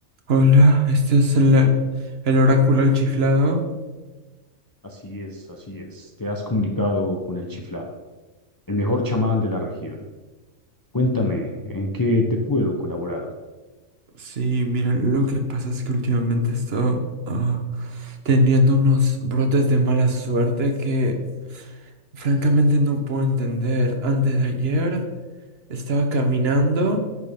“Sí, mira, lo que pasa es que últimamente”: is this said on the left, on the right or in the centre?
Right